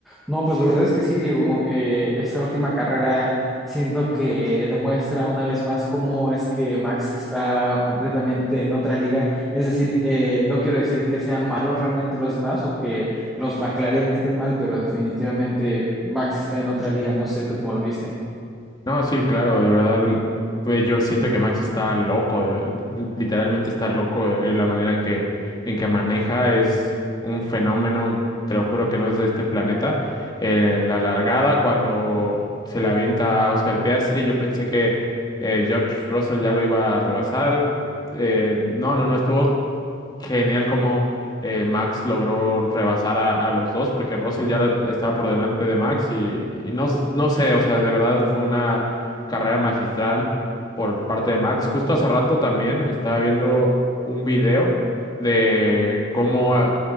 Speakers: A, in the centre; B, on the left.
A: No, pues la verdad es que sí, Diego. Eh, esta última carrera siento que demuestra una vez más cómo es que Max está completamente en otra liga. Es decir, eh, no quiero decir que sean malos realmente los demás o que los McLaren estén mal, pero definitivamente Max está en otra liga. No sé tú cómo lo viste.
B: No, sí, claro, de verdad, pues yo siento que Max está loco, de- literalmente está loco de la manera en que, en que maneja, es un fenómeno, te lo juro que no es de este planeta. En la largada, cuando se le avienta a Oscar Piastri, yo pensé que eh, George Russell ya lo iba a rebasar. Eh, no, no, no, estuvo genial como eh, Max logró rebasar a, a los dos porque Russell ya la- estaba por delante de Max y, y no, s- no sé, o sea, de verdad fue una carrera magistral por parte de Max. Justo hace rato también estaba viendo un video de cómo ah,